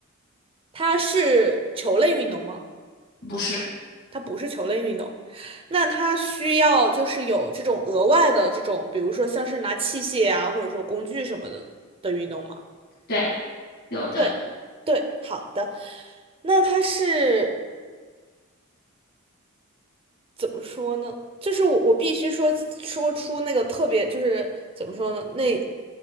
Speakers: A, on the right; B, on the left.
A: 它是球类运动吗？
B: 不是，
A: 它不是球类运动。那它需要就是有这种额外的这种，比如说像是拿器械啊，或者说工具什么的的运动吗？
B: 对，有的，
A: 对，对，好的。那它是怎么说呢？就是我我必须说说出那个特别就是怎么说呢？那